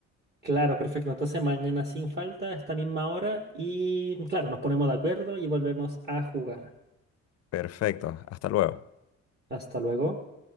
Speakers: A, on the right; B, on the left.
A: claro, perfecto. Entonces mañana sin falta, a esta misma hora, y claro, nos ponemos de acuerdo y volvemos a jugar.
B: Perfecto, hasta luego.
A: Hasta luego.